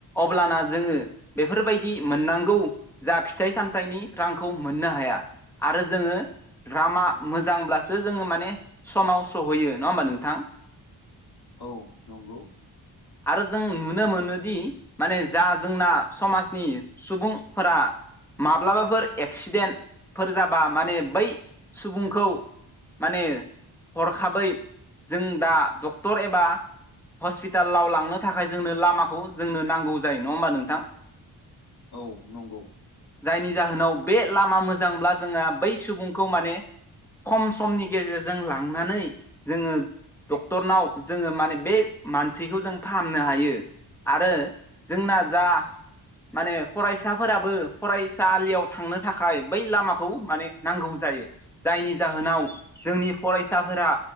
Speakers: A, in the centre; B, on the left.
A: अब्लाना जोङो बेफोरबायदि मोननांगौ जा फिथाइ सामथाइनि रांखौ मोननो हाया। आरो जोङो लामा मोजांब्लासो जोङो माने समाव सहैयो नङा होनबा नोंथां?
B: औ नंगौ
A: आरो जों नुनो मोनोदि माने जा जोंना समाजनि सुबुंफोरा माब्लाबाफोर एक्सिडेन्ट फोर जाबा माने बै सुबुंखौ माने हरखाबै जों दा डक्टर एबा हस्पिटालाव लांनो थाखाय जोंनो लामाखौ जोंनो नांगौ जायो नंङा होमबा नोंथां।
B: औ नंगौ।
A: जायनि जाहोनाव बे लामा मोजांब्ला जोंङो बै सुबुंखौ माने खम समनि गेजेरजों लांनानै जोंङो डक्टरनाव जोंङो माने बे मानसिखौ जों फाहामनो हायो। आरो जोंना जा माने फरायसाफोराबो फरायसालियाव थांनो थाखाय बै लामाखौ माने नांगौ जायो जायनि जाहोनाव जोंनि फरायसाफोरा